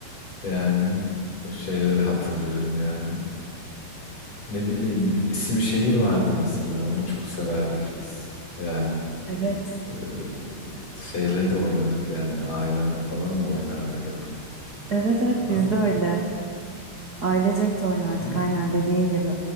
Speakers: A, on the left; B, on the right.
A: Yani o şeyleri hatırlıyorum yani. Ne bileyim isim şehir vardı mesela. Onu çok severdik biz. Yani
B: Evet.
A: e, şeyle de oynadık yani. Ailemle falan da oynardık hep.
B: Evet evet
A: Falan.
B: biz de öyle. Ailecek de oynardık
A: Öyle.
B: aynen dediğin gibi.